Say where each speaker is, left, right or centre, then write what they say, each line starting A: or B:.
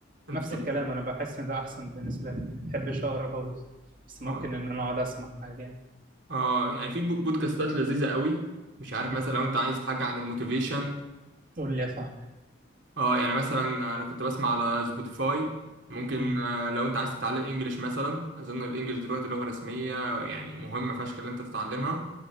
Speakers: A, on the right; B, on the right.
A: انت
B: نفس الكلام انا بحس ان ده احسن بالنسبه لي ما بحبش اقرا خالص بس ممكن
A: اه
B: ان انا اقعد اسمع حاجه يعني
A: اه يعني في بو- بودكاستات لذيذة قوي مش عارف مثلا
B: مم.
A: لو انت عايز حاجة عن الموتيفيشن
B: قول لي يا صاحبي
A: اه يعني مثلا انا كنت بسمع على سبوتيفاي ممكن
B: مم.
A: آه، لو انت عايز تتعلم انجليش مثلا اظن الانجليش دلوقتي لغة رسمية يعني مهمة فشخ اللي انت تتعلمها